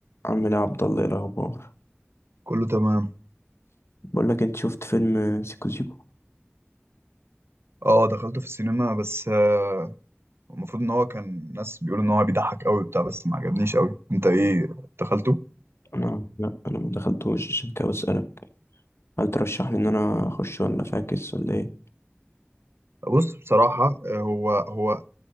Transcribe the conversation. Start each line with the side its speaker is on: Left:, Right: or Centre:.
Left: عمنا عبد الله إيه الاخبار
Right: كله تمام
Left: بقول لك انت شفت فيلم سيكو سيكو
Right: اه دخلته في السينما بس آه، المفروض ان هو كان ناس بيقولوا ان هو بيضحك قوي بتاع بس ما عجبنيش قوي انت ايه دخلته
Left: انا لا انا ما دخلتوش عشان كده بسالك هل ترشح لي ان انا اخش ولا فاكس ولا ايه
Right: بص بصراحة آه، هو هو